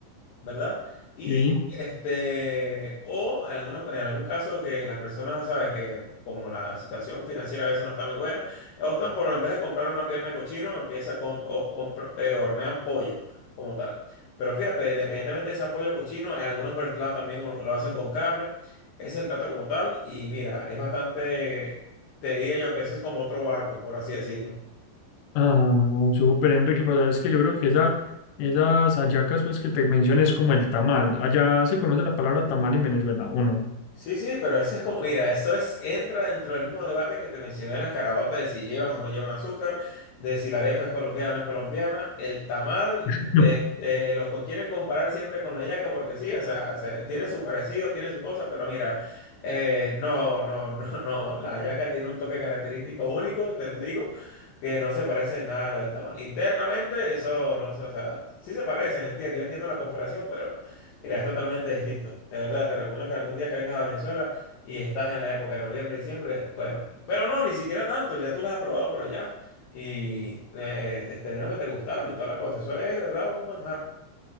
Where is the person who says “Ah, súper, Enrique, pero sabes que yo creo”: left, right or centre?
Left